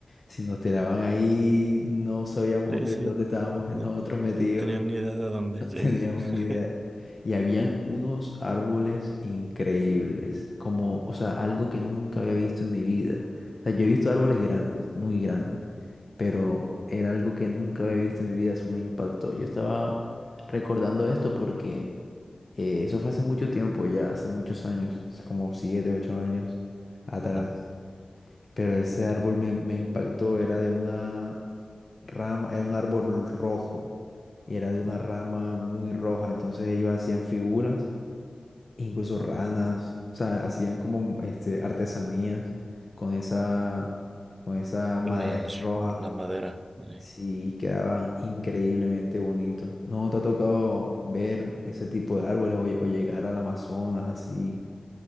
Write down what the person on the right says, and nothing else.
Sí,
sí,
no,
no tenía ni idea de dónde.
Sí, sí, sí.
<laughs>
Ajá.
Ujú.
Con Las,
la madera. ahí.